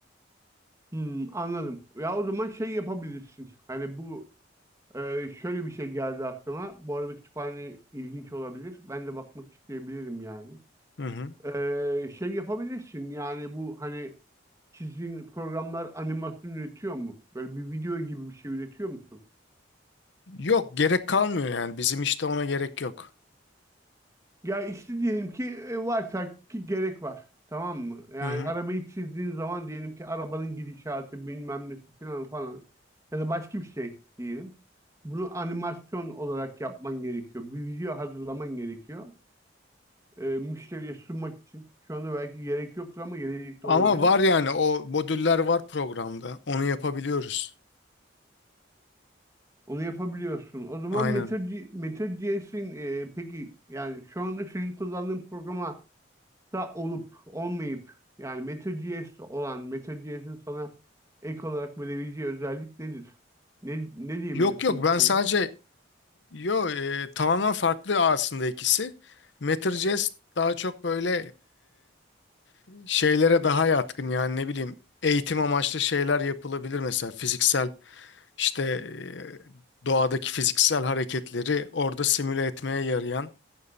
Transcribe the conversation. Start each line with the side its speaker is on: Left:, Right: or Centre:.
Right: Hmm, anladım. Ya o zaman şey yapabilirsin. Hani bu e, şöyle bir şey geldi aklıma. Bu arada kütüphane ilginç olabilir. Ben de bakmak isteyebilirim yani.
Left: Hı hı.
Right: E, şey yapabilirsin yani bu hani çizdiğin programlar animasyon üretiyor mu? Böyle bir video gibi bir şey üretiyor musun?
Left: Yok gerek kalmıyor yani bizim işte ona gerek yok.
Right: Ya işte diyelim ki e, varsa ki gerek var. Tamam mı? Yani
Left: Hı hı.
Right: arabayı çizdiğin zaman diyelim ki arabanın gidişatı bilmem nesi falan falan ya da başka bir şey diyelim. Bunu animasyon olarak yapman gerekiyor. Bir video hazırlaman gerekiyor. E, müşteriye sunmak için. Şu anda belki gerek yoktur ama gelecekte
Left: Ama
Right: olabilir.
Left: var yani o modüller var programda. Onu yapabiliyoruz.
Right: Onu yapabiliyorsun. O zaman
Left: Aynen.
Right: Meteor- Meteor.js'in e, peki yani şu anda senin kullandığın programa da olup olmayıp yani Meteor.js'te olan Meteor.js'in sana ek olarak verebileceği özellik nedir? Ne, ne diyebilirsin
Left: Yok yok
Right: bu
Left: ben
Right: konuda?
Left: sadece yo e, tamamen farklı aslında ikisi. MetroJS daha çok böyle e, şeylere daha yatkın yani ne bileyim eğitim amaçlı şeyler yapılabilir mesela fiziksel işte e, doğadaki fiziksel hareketleri orada simüle etmeye yarayan